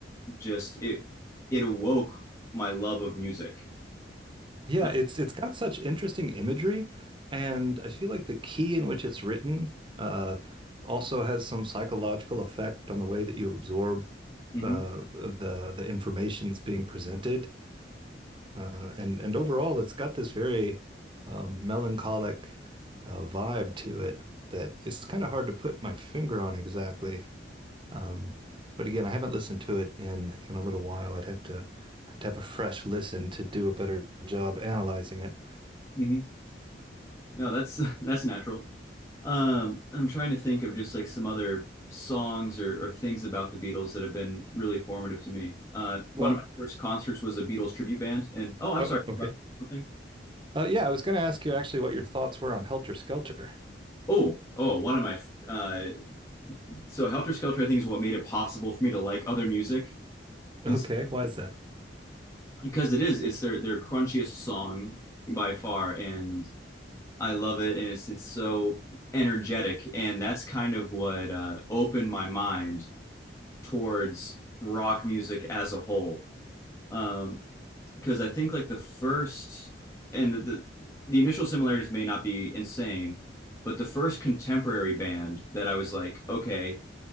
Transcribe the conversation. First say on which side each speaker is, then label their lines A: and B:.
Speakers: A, on the left; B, on the right.
A: just it it awoke my love of music.
B: Yeah,
A: Uh,
B: it's it's got such interesting imagery, and I feel like the key in which it's written uh, also has some psychological effect on the way that you absorb
A: hmm
B: the the the information that's being presented. Uh, and and overall, it's got this very um, melancholic uh, vibe to it that it's kind of hard to put my finger on exactly. Um, but again, I haven't listened to it in in a little while. I'd have to have to have a fresh listen to do a better job analyzing it.
A: hmm No, that's <laughs> that's natural. Um, I'm trying to think of just like some other songs or, or things about the Beatles that have been really formative to me. Uh, one
B: Well,
A: of my first concerts was a Beatles tribute band, and oh, I'm
B: oh,
A: sorry
B: okay.
A: about something.
B: Uh, yeah, I was going to ask you actually what your thoughts were on Helter Skelter.
A: Oh, oh, one of my uh, so Helter Skelter, I think, is what made it possible for me to like other music. And
B: Okay, why is that?
A: because it is it's their their crunchiest song by far and I love it and it's it's so energetic and that's kind of what uh, opened my mind towards rock music as a whole um, because I think like the first and the, the the initial similarities may not be insane but the first contemporary band that I was like okay